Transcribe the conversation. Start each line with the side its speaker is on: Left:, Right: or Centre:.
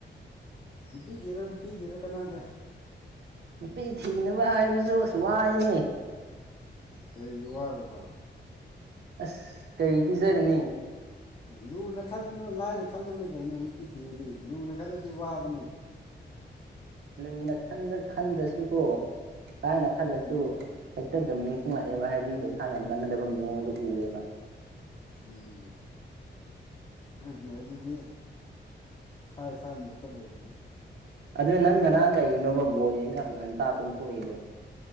Left: ꯅꯨꯄꯤ ꯊꯤꯔꯣ ꯅꯨꯄꯤ ꯊꯤꯔꯣ ꯀꯥꯅꯗꯦ
Right: ꯅꯨꯄꯤ ꯊꯤꯅꯕ ꯍꯥꯏꯕꯁꯨ ꯑꯁ ꯋꯥꯏꯅꯦ
Left: ꯀꯩꯒꯤ ꯋꯥꯔꯕ?
Right: ꯑꯁ ꯀꯩ ꯄꯤꯖꯥꯒꯅꯤ?
Left: ꯂꯨꯅ ꯈꯟꯒꯅꯨ ꯂꯥꯏꯅ ꯈꯜꯂꯨꯅꯦ ꯀꯩꯅꯣ ꯅꯨꯄꯤ ꯊꯤꯕꯗꯤ ꯂꯨꯅ ꯈꯜꯂꯗꯤ ꯋꯥꯕꯅꯦ
Right: ꯂꯨꯅ ꯈꯟꯕ ꯈꯟꯗ꯭ꯔꯁꯨ ꯀꯣ ꯂꯥꯏꯅ ꯈꯜꯂꯁꯨ
Left: ꯎꯝ
Right: ꯍꯦꯛꯇ ꯗꯨꯝ ꯅꯤꯡꯁꯤꯡꯂꯛꯑꯦꯕ ꯍꯥꯏꯗꯤ ꯄꯩꯁꯥ ꯌꯥꯝ ꯆꯪꯒꯗꯕ ꯃꯑꯣꯡꯗꯣ ꯎꯔꯦꯕ꯫
Left: ꯎꯝ <unintelligible> ꯑꯗꯨꯗꯤ ꯏꯁꯥ ꯏꯁꯥ ꯃꯣꯠꯇ ꯂꯩꯔꯝꯅꯤ
Right: ꯑꯗꯨ ꯅꯪ ꯉꯔꯥꯡ ꯀꯩꯒꯤꯅꯣꯕ ꯕꯣ ꯌꯦꯪꯂꯒ ꯉꯟꯇꯥ ꯇꯨꯝ ꯊꯣꯛꯂꯤꯗꯣ